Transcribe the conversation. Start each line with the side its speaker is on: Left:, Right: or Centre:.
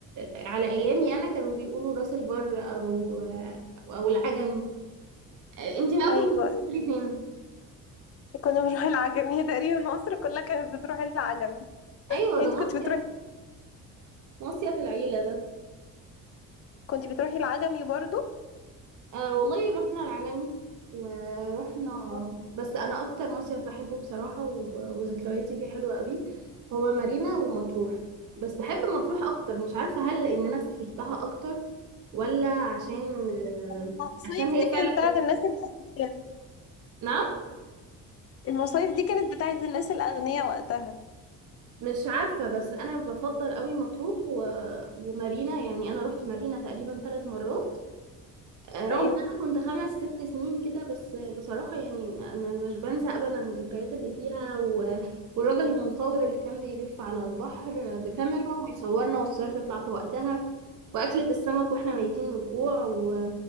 Right: آه، على ايامي انا كانوا بيقولوا راس البر او آه، او العجمي آه، انتي بقى
Left: ايوه
Right: كنتي بتسافري فين
Left: كنا بنروح العجمي <laughs> هي تقريبا مصر كلها كانت بتروح العجمي
Right: ايوه
Left: انت
Right: ده مصيف
Left: كنت بتروحي
Right: مصيف العيله ده
Left: كنت بتروحي العجمي برضو
Right: آه والله رحنا العجمي ورحنا
Left: آه.
Right: بس انا اكتر مصيف بحبه بصراحه و- وذكرياتي فيه حلوه قوي هو مارينا ومطروح بس بحب مطروح اكتر مش عارفه هل ان انا سافرتها اكتر ولا عشان آه،
Left: المصايف
Right: عشان هي
Left: دي
Right: فعلا
Left: كانت بتاعت الناس الأغنياء
Right: نعم
Left: المصايف دي كانت بتاعت الناس الأغنياء وقتها
Right: مش عارفة بس أنا بفضل قوي مطروح و... ومارينا يعني أنا روحت مارينا تقريبا ثلاث مرات آه، رغم
Left: ايوه
Right: إن أنا كنت خمس ست سنين كده بس بصراحة يعني م- م- مش بنسى أبدا الذكريات اللي فيها و... والراجل المصور اللي كان بيلف على البحر بكاميرا ويصورنا والصور تطلع في وقتها وأكلة السمك وإحنا ميتين من الجوع و...